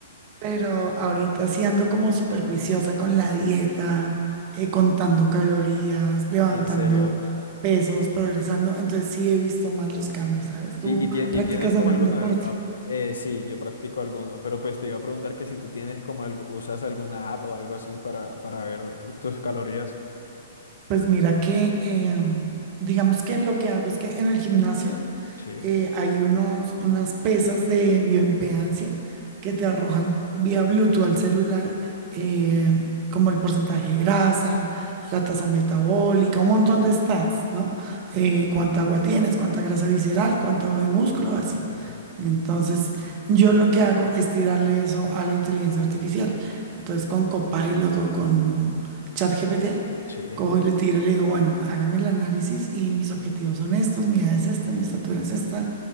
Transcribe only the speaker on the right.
Pero ahorita sí ando como súper juiciosa con la dieta, eh, contando calorías, levantando
pesos, progresando. Entonces sí he visto más los cambios, ¿sabes? ¿Tú
practicas
algún
deporte?
Pues mira que, em, digamos que lo que hago es que en el gimnasio
eh, hay unos, unas pesas de bioimpedancia que te arrojan vía Bluetooth al celular, eh, como el porcentaje de grasa, la tasa metabólica, un montón de stats, ¿no? Eh, cuánta agua tienes, cuánta grasa visceral, cuánto de músculo, así.
Entonces, yo lo que hago es tirarle eso a la inteligencia artificial. Entonces, con Copilot o con ChatGPT
Cojo y le tiro y le digo, bueno, hágame el análisis y mis objetivos son estos, mi edad es esta, mi estatura es esta,